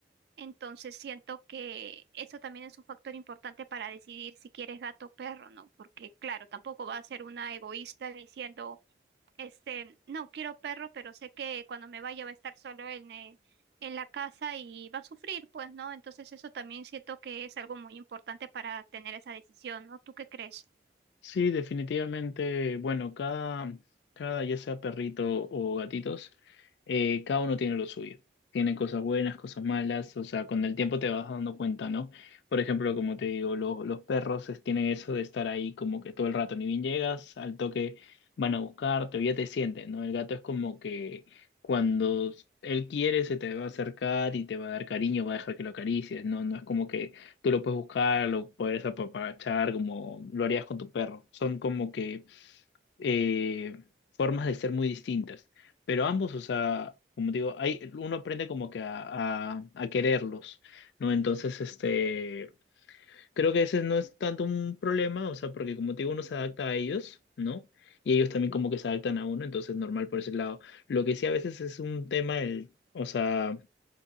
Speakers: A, on the right; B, on the left.
A: Entonces siento que eso también es un factor importante para decidir si quieres gato o perro, ¿no? Porque claro, tampoco va a ser una egoísta diciendo, este, no quiero perro, pero sé que cuando me vaya va a estar solo en, eh, en la casa y va a sufrir, pues, ¿no? Entonces eso también siento que es algo muy importante para tener esa decisión, ¿no? ¿Tú qué crees?
B: Sí, definitivamente, bueno, cada, cada, ya sea perrito o gatitos, eh, cada uno tiene lo suyo. Tiene cosas buenas, cosas malas, o sea, con el tiempo te vas dando cuenta, ¿no? Por ejemplo, como te digo, lo- los perros es- tienen eso de estar ahí como que todo el rato, ni bien llegas, al toque van a buscarte o ya te sienten, ¿no? El gato es como que cuando él quiere se te va a acercar y te va a dar cariño, va a dejar que lo acaricies, ¿no? No es como que Tú lo puedes buscar, lo puedes apapachar, como lo harías con tu perro. Son como que eh, formas de ser muy distintas. Pero ambos, o sea, como digo, hay, uno aprende como que a, a, a quererlos, ¿no? Entonces, este Creo que ese no es tanto un problema, o sea, porque como te digo, uno se adapta a ellos, ¿no? Y ellos también como que se adaptan a uno, entonces normal por ese lado. Lo que sí a veces es un tema, el, o sea,